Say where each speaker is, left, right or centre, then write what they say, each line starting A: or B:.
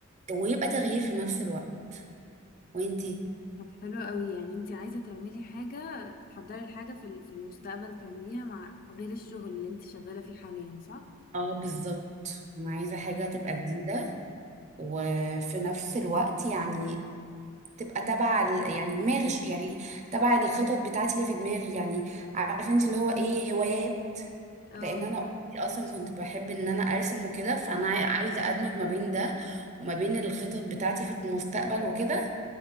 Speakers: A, on the right; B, on the left.
A: ويبقى تغيير في نفس الوقت وانتي
B: طب حلو قوي يعني انت عايزة تعملي حاجة تحضري الحاجة في ال- في المستقبل تعمليها مع غير الشغل اللي انت شغالة فيه حاليا صح؟
A: اه بالظبط انا عايزة حاجة
B: مهم.
A: تبقى جديدة وفي نفس الوقت يعني تبقى تبع ال- يعني دماغي ش- يعني تبع الخطط بتاعتي اللي في دماغي يعني عارفة انت اللي هو ايه هوايات
B: اه
A: لان انا اصلا كنت بحب ان انا ارسم وكده فانا عاي- عايزه ادمج ما بين ده وما بين الخطط بتاعتي في المستقبل وكده